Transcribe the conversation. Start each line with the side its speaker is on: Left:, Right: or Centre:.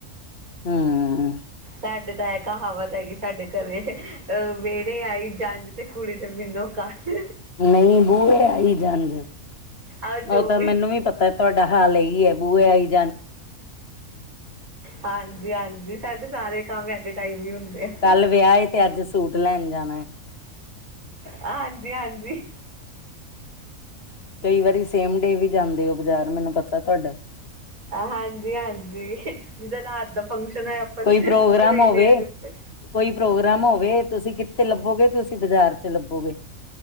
Left: ਹਮਮ
Right: ਸਾਡੇ ਤਾਂ ਐ ਕਹਾਵਤ ਹੈਗੀ ਸਾਡੇ ਘਰੇ ਅਹ ਵਿਹੜੇ ਆਈ ਜੰਜ ਤੇ ਕੁੜੀ ਦੇ ਵਿਨੋ ਕੰਨ
Left: ਨਹੀਂ ਬੂਏ ਆਈ ਜੰਜ ਉਹ
Right: ਆਹ ਜੋ
Left: ਤਾਂ ਮੈਨੂੰ ਵੀ ਪਤਾ ਤੁਹਾਡਾ ਹਾਲ ਇ ਹੀ ਹੈ ਬੂਹੇ ਆਈ ਜਾਂ
Right: ਹਾਂਜੀ ਹਾਂਜੀ ਸਾਡੇ ਸਾਰੇ ਕੰਮ ਐਟ ਏ ਟਾਈਮ ਹੀ ਹੁੰਦੇ ਆ
Left: ਕੱਲ ਵਿਆਹ ਤੇ ਅੱਜ ਸੂਟ ਲੈਣ ਜਾਣਾ ਹੈ
Right: ਹਾਂਜੀ ਹਾਂਜੀ
Left: ਕਈ ਵਾਰੀ ਸੇਮ ਡੇ ਵੀ ਜਾਂਦੇ ਹੋ ਬਜ਼ਾਰ ਮੈਨੂੰ ਪਤਾ ਤੁਹਾਡਾ
Right: ਹਾਂਜੀ ਹਾਂਜੀ ਜਿਦਾ ਰਾਤ ਦਾ ਫੰਕਸ਼ਨ ਹੈਆ ਆਪਾਂ
Left: ਕੋਈ
Right: ਸਵੇਰੇ
Left: ਪ੍ਰੋਗਰਾਮ ਹੋਵੇ
Right: ਅ ਦੇ ਉੱਤੇ
Left: ਕੋਈ ਪ੍ਰੋਗਰਾਮ ਹੋਵੇ ਤੁਸੀਂ ਕਿੱਥੇ ਲੱਭੋਗੇ ਤੁਸੀਂ ਬਾਜ਼ਾਰ ਚ ਲੱਭੋਗੇ